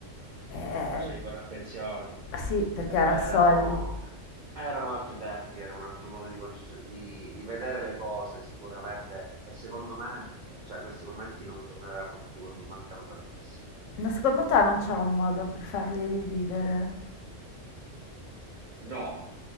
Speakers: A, on the left (about 80°); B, on the right (about 55°).
A: eh,
B: Le facevi con attenzione.
A: sì, perché
B: Erano,
A: era soldi.
B: erano altri tempi, era un altro modo di, conce- di- di vedere le cose sicuramente e secondo me cioè, questi momenti non torneranno più e mi mancano tantissimo.
A: Ma secondo te non c'è un modo per farli rivivere?
B: No,